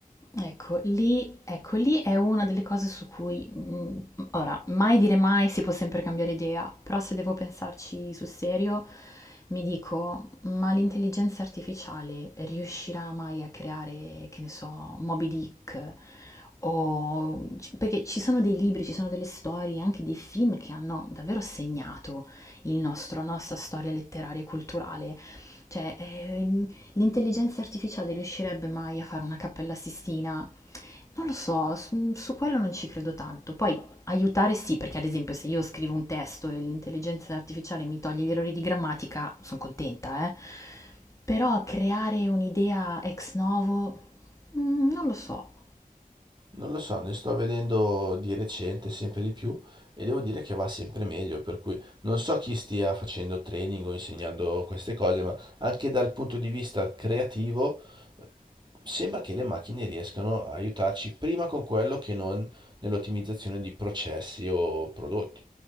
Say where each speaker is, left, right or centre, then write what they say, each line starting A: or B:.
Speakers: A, on the left (about 20°); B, on the right (about 30°).
A: Ecco, lì ecco, lì è una delle cose su cui, mhmm, ora, mai dire mai, si può sempre cambiare idea, però se devo pensarci sul serio, mi dico: "Ma l'intelligenza artificiale riuscirà mai a creare, che ne so, Moby Dick?" O c perché ci sono dei libri, ci sono delle storie, anche dei film che hanno davvero segnato il nostro la nostra storia letteraria e culturale. Cioè, ehm L'intelligenza artificiale riuscirebbe mai a fare una Cappella Sistina? Non lo so, su, su quello non ci credo tanto. Poi aiutare sì, perché ad esempio se io scrivo un testo e l'intelligenza artificiale mi toglie gli errori di grammatica, sono contenta, eh. Però creare un'idea ex novo, mm, non lo so.
B: Non lo so, ne sto vedendo di recente sempre di più e devo dire che va sempre meglio, per cui non so chi stia facendo training o insegnando queste cose, ma anche dal punto di vista creativo eh, sembra che le macchine riescano a aiutarci prima con quello che non nell'ottimizzazione di processi o prodotti.